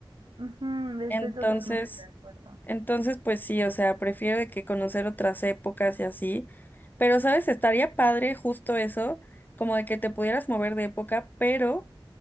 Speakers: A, on the right; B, on the left.
A: Ujú, estoy
B: Entonces,
A: totalmente de acuerdo.
B: entonces pues sí, o sea, prefiero de que conocer otras épocas y así, pero sabes, estaría padre justo eso, como de que te pudieras mover de época, pero